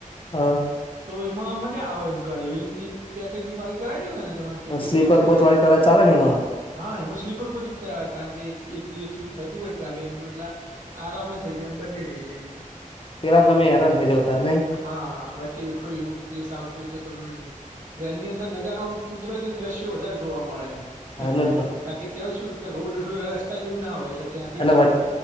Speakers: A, on the left (about 40°); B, on the right (about 70°).
A: હ
B: તો એમાં મજા આવે એમ ક એવી રીતની પેકેજિંગ વાળી કરાવેલી હોય ને તમારે ટિકિટ
A: સ્લીપર
B: ફિક્સ કરાવેલી
A: કોચ
B: હોય.
A: <unintelligible>
B: હા એમાં સ્લીપર કોચ જ કરાવે કારણ કે એક દિવસ જેવું થતું હોય ટ્રાવેલિંગનુ એટલે, આરામ થઈ જાય એમ બંને થઈ જાય એમ.
A: પેલા તો તમે હેરાન થઈ જાવ ત ન.
B: હા વચ્ચે કોઈ એવું પલીસ આવતું હોય તો ત મને. એમની અંદર નજારો એમ કુદરતી દ્રશ્યો વધારે જોવા મળે એમ.
A: એટલે જ
B: કારણ કે તેઓ શું કે રોડ રસ્તા જેવું ના હોય એટલે ત્યાંથી
A: એટલે
B: તમારે